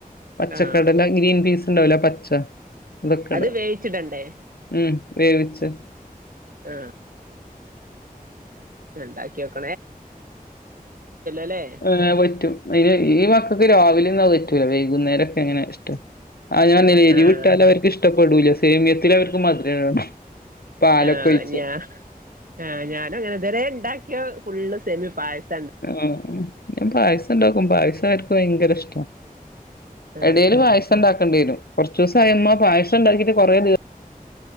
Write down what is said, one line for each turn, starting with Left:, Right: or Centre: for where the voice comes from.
Left: പച്ചക്കടല്ല,
Right: ആഹ്
Left: ഗ്രീൻ പീൻസ്, ഇണ്ടാവില്ലേ പച്ച അനിക്കണ തൊക്കെ
Right: അത് വേവിച്ചിടണ്ടേ
Left: ഉം വേവിച്ച്?
Right: ആ ണ്ടാക്കിനോക്ക് അല്ലേ
Left: ഏ പറ്റും ആയ്യിന് ഈ വാക്കൊക്കെ രാവിലെ <unintelligible> വൈകുന്നേരോക്കെ ഇങ്ങനെ ഇഷ്ട്ടം? <unintelligible>
Right: ആഹ് ആഹ്
Left: അവർക്ക് ഇഷ്ട്ടം പേടുല്ല സേമിയത്തില് അവർക്ക് മധുരം ഇടണം? പാലൊക്കെ
Right: ആ
Left: ഒഴിച്ച്
Right: ഞാ ആ ഞാന അങ്ങനെ തന്നെ ഉണ്ടാക്കിയ ഫുള്ള് സെമിയ പായസ
Left: ആ ഞാൻ പായസം ഉണ്ടാക്കും പായസ അവർക്ക് ഭയങ്കര ഇഷ്ട്ട?
Right: ആഹ്
Left: എടയില് പായസം ഇണ്ടാക്കേണ്ടി വരും. കുറച്ച്വസമാ പായസം ഉണ്ടാക്കിട്ട് കുറേ ദിവ-